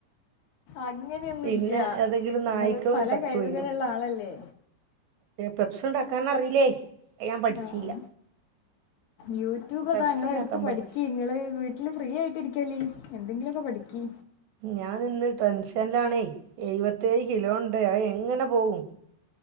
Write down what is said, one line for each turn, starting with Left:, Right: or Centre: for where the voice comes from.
Left: അങ്ങനെയൊന്നുല്ല്യാ
Right: പിന്നെ ഏതെങ്കിലും
Left: നിങ്ങള്
Right: നായ്ക്കള്
Left: പല
Right: ചത്തോയിണ്ടാവും
Left: കഴിവുകളുള്ള ആളല്ലേ?
Right: പപ്സ് ഉണ്ടാക്കാൻ അറിയില്ലേ? അത് ഞാൻ പഠിച്ചീല്ല
Left: ആഹ് യൂട്യൂബിതാ
Right: പെപ്സ്
Left: ഇങ്ങള്
Right: ഇണ്ടാക്കാൻ
Left: എടുത്ത് പഠിക്ക്
Right: പഠിച്ച്
Left: ഇങ്ങള് വീട്ടില് ഫ്രീ ആയി ഇരിക്കല്. എന്തെങ്കിലുമൊക്കെ പഠിക്കി.
Right: ഞാനിന്ന് ടെൻഷനിലാണേ എഴുപത്തയേഴ് കിലോ ഉണ്ട് അയ് എങ്ങനെ പോകും?